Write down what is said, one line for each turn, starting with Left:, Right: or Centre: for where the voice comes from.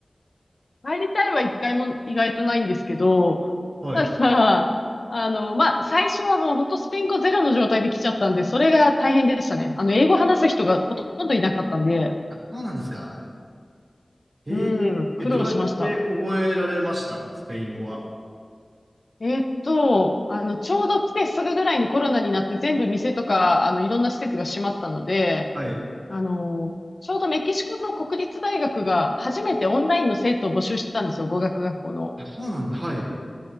Left: 入りたいは一回も意外とないんですけど、
Right: はい。
Left: ただ、あの、まあ、最初はもう本当スペイン語ゼロの状態で来ちゃったんで、それが大変でしたね。あの、英語話す人がほとんどいなかったんで、
Right: あ、そうなんですか。へえ、
Left: うん、
Right: えどうやって覚えられましたスペイン語は。
Left: 苦労しました。えーっと、あの、ちょうど来てすぐぐらいにコロナになって全部店とか、あの、いろんな施設が閉まったので、
Right: はい。
Left: あの、ちょうどメキシコの国立大学が初めてオンラインの生徒を募集してたんですよ、語学学校の。
Right: あ、そうなんだ。はい。